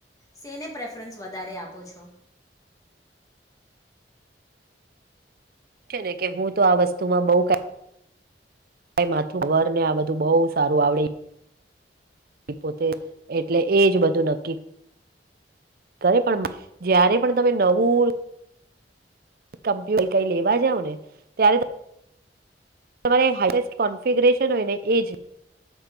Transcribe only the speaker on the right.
કે છે ને કે હું તો આ વસ્તુમાં બઉ કા માથું વર ને આ બધું બઉ સારું આવડે પોતે એટલે એજ બધું નક્કી કરે પણ જયારે પણ તમે નવું કમ્પ્યુ કઈ લેવા જાવ ને ત્યારે ત તમારે હાઈએસ્ટ કોન્ફિગરેેશન હોય ને એ જ.